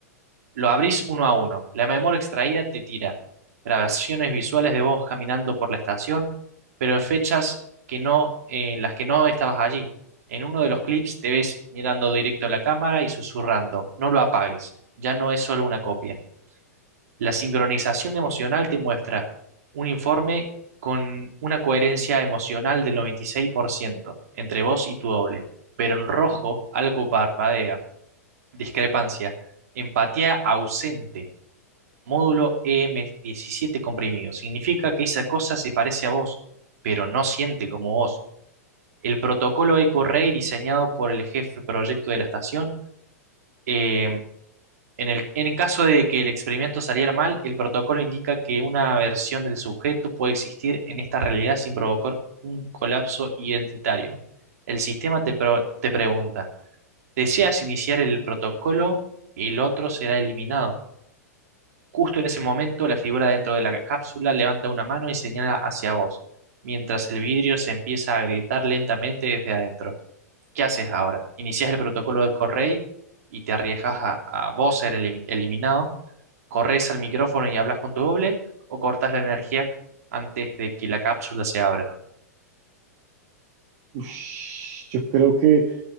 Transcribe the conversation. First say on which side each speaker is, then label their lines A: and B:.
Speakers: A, on the right (about 70°); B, on the right (about 50°).
A: Lo abrís uno a uno. La memoria extraída te tira grabaciones visuales de vos caminando por la estación, pero en fechas que no, en las que no estabas allí. En uno de los clips te ves mirando directo a la cámara y susurrando, no lo apagues, ya no es solo una copia. La sincronización emocional te muestra un informe con una coherencia emocional del 96% entre vos y tu doble, pero en rojo algo parpadea. Discrepancia. Empatía ausente. Módulo E m 17 comprimido. Significa que esa cosa se parece a vos, pero no siente como vos. El protocolo EcoRay diseñado por el jefe proyecto de la estación eh, en el, en caso de que el experimento saliera mal, el protocolo indica que una versión del sujeto puede existir en esta realidad sin provocar un colapso identitario. El sistema te, pro- te pregunta, ¿deseas iniciar el protocolo? El otro será eliminado. Justo en ese momento, la figura dentro de la cápsula levanta una mano y señala hacia vos, mientras el vidrio se empieza a agrietar lentamente desde adentro. ¿Qué haces ahora? ¿Inicias el protocolo de Correy y te arriesgas a, a vos ser elim- eliminado? corres al micrófono y hablas con tu doble o cortas la energía antes de que la cápsula se abra.
B: Ush, yo creo que